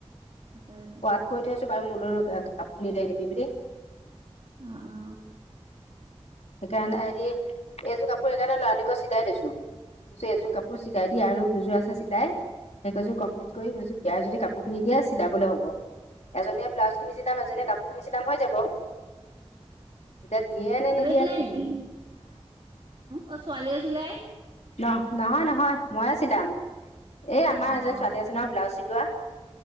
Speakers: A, on the right; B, on the left.
A: তাকেটো।
B: কোৱাত কৈ থৈছো বাৰু মোৰলৈ কাপোৰ খিনি উলিয়াই নিবি বুলি।
A: অঁ অঁ।
B: সেইকাৰণে হেৰি এইযোৰ কাপোৰ সেইকাৰণে লৰালৰিকৈ চিলাই দিছোঁ। এযোৰ কাপোৰ চিলাই দিয়া আৰু দুযোৰ আছে, চিলাই সেইকেযোৰ কমপ্লিট কৰি মই কৈছোঁ বিয়াৰ যদি কাপোৰ খিনি বেছ। চিলাবলৈ হব, এজনীয়ে ব্লাউজ খিনি চিলাম এজনীয়ে কাপোৰ খিনি চিলাম হৈ যাব। এতিয়া দিয়ে নে নি
A: দিলে নেকি, অ ছোৱালীয়ে চিলায়।
B: ন নহয় ন হয় মইয়ে ছিলাম, এই আমাৰ
A: অ
B: এজন
A: অ
B: ছোৱালী আছে ন ব্লাউজ চিলোৱা।